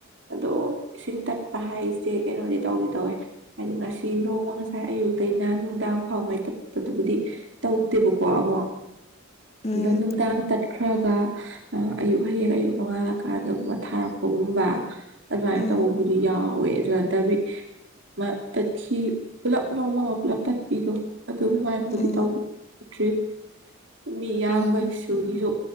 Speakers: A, on the right; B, on the left.
A: ꯑꯗꯣ ꯏꯁꯤꯡ ꯇ ꯍꯥꯏꯁꯦ ꯀꯩꯅꯣꯗꯤ ꯇꯧꯗꯤꯦ ꯇꯧꯋꯦ ꯍꯥꯏꯗꯤ ꯉꯁꯤ ꯅꯣꯡꯃ ꯉꯁꯥꯏ ꯑꯌꯨꯛꯇꯩꯅ ꯅꯨꯡꯗꯥꯡ ꯐꯥꯎ ꯃꯩ ꯇꯠꯄꯗꯨꯕꯨꯗꯤ ꯇꯧꯗꯦꯕꯀꯣ ꯑꯃꯨꯛ
B: ꯎꯝ
A: ꯑꯗꯣ ꯅꯨꯡꯗꯥꯡ ꯈ꯭ꯔꯒ ꯑꯌꯨꯛ ꯍꯌꯦꯡ ꯑꯌꯨꯛ ꯅꯉꯥꯜꯂꯀꯥꯟꯗꯒꯨꯝꯕ ꯊꯥꯔꯛꯄꯒꯨꯝꯕ ꯑꯗꯨꯃꯥꯏꯅ
B: ꯎꯝ
A: ꯇꯧꯕꯕꯨꯗꯤ ꯌꯥꯎꯋꯦ ꯑꯗꯨꯅꯥꯠꯇꯕꯤ ꯃꯥ ꯇꯠꯈꯤ ꯄꯨꯂꯞ ꯂꯣꯡꯃ ꯄꯨꯂꯞ ꯇꯠꯄꯤꯤꯗꯣ ꯑꯗꯨꯃꯥꯏꯅꯕꯨꯗꯤ
B: ꯎꯝ
A: ꯇꯧꯗ꯭ꯔꯤ ꯃꯤꯌꯥꯝꯕꯁꯨꯒꯤꯁꯨ
B: ꯎꯝ